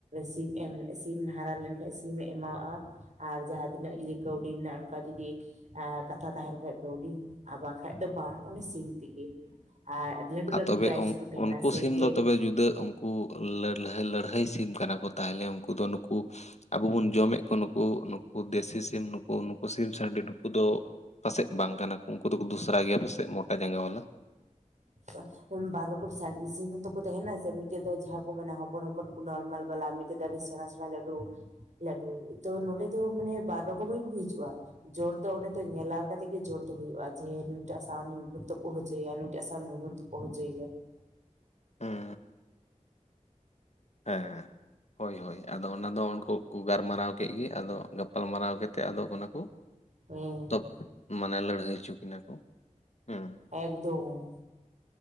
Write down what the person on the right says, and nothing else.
ᱥᱤᱢ ᱮᱢ ᱥᱤᱢ ᱦᱟᱨᱟᱣ ᱞᱮᱱᱠᱷᱟᱱ ᱥᱤᱢᱮ ᱮᱢᱟᱣᱟᱜᱼᱟ ᱾ ᱟᱨ ᱡᱟᱦᱟᱸ ᱛᱤᱱᱟᱹᱜ ᱡᱩᱫᱤ ᱠᱟᱹᱣᱰᱤ ᱦᱮᱱᱟᱜᱼᱟ ᱚᱱᱠᱟ ᱡᱩᱫᱤ ᱮ ᱠᱟᱛᱷᱟ ᱛᱟᱦᱮᱸᱱ ᱠᱷᱟᱡ ᱠᱟᱹᱣᱰᱤ ᱟᱨ, ᱵᱟᱝᱠᱷᱟᱡ ᱫᱚ ᱵᱟᱝ ᱩᱱᱤ ᱥᱤᱢ ᱛᱤᱜᱮ, ᱟ ᱞᱟᱹᱴᱩ
ᱞᱟᱹᱴᱩ
ᱯᱨᱟᱭᱤᱡ
ᱠᱚ ᱛᱟᱦᱮᱱᱟ
ᱥᱮ
᱾
<inaudible> ᱵᱟᱨ ᱨᱚᱠᱚᱢ ᱥᱟᱨ ᱥᱤᱢ ᱦᱚᱸᱛᱚ ᱠᱚ ᱛᱟᱦᱮᱱᱟ ᱥᱮ ᱢᱤᱫᱴᱮᱡ ᱫᱚ ᱡᱟᱦᱟᱸ ᱠᱚ ᱢᱮᱱᱟ ᱦᱚᱯᱚᱱ ᱦᱚᱯᱚᱱ ᱠᱚ ᱱᱚᱨᱢᱟᱞ ᱵᱟᱞᱟ᱾ ᱱᱚᱛᱮ ᱫᱚ ᱟᱹᱰᱤ ᱥᱮᱸᱬᱟ ᱥᱮᱸᱬᱟ ᱞᱟᱹᱴᱩ ᱞᱟᱹᱴᱩ, ᱛᱚ ᱱᱚᱰᱮ ᱫᱚ ᱢᱟᱱᱮ ᱵᱟᱨ ᱨᱚᱠᱚᱢ ᱜᱮᱠᱚ ᱦᱤᱡᱩᱜᱼᱟ᱾ ᱡᱳᱨ ᱫᱚ ᱚᱱᱮ ᱛᱚ ᱧᱮᱞᱟᱨ ᱠᱟᱛᱮ ᱜᱮ ᱡᱳᱨ ᱫᱚ ᱦᱩᱭᱩᱜᱼᱟ, ᱡᱮ ᱱᱩᱭᱴᱟᱜ ᱥᱟᱶ ᱱᱩᱭ ᱵᱚ ᱛᱳᱯᱳᱫ ᱦᱚᱪᱚᱭ ᱭᱟ ᱱᱩᱭᱴᱟᱜ ᱱᱩᱭ ᱵᱳᱱ ᱛᱩᱯᱩᱫ ᱦᱚᱪᱚᱭ ᱭᱟ ᱾
ᱦᱩᱸ
ᱮᱠᱫᱚᱢ ᱾